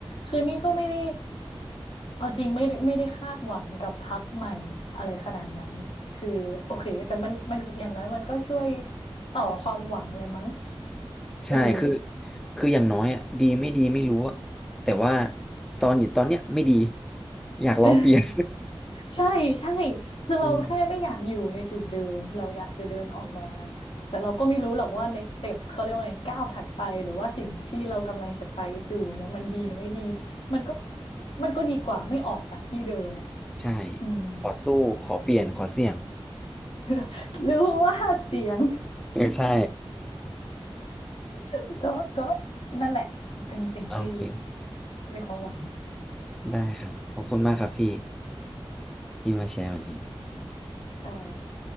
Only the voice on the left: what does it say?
คือนี่ก็ไม่ได้เอาจริงไม่ได้ไม่ได้คาดหวังกับพรรคใหม่อะไรขนาดนั้นคือโอเคแต่มันมันอย่างน้อยมันก็ช่วยต่อความหวังเลยมั้ง
เออ
<laughs> ใช่ใช่
คือเราแค่ไม่อยากอยู่ในจุดเดิม
เราอยากจะเดินออกมา แต่เราก็ไม่รู้หรอกว่า next step เขาเรียกว่าไงก้าวถัดไปหรือว่าสิ่งที่เรากำลังจะไปสู่นะมันดีหรือไม่ดีมันก็มันก็ดีกว่าไม่ออกจากที่เดิมอ่ะ
อืม
<laughs> รู้ว่าเสียง
<laughs> ก็ก็นั่นแหละเป็นสิ่งที่
มีความหวัง
เออ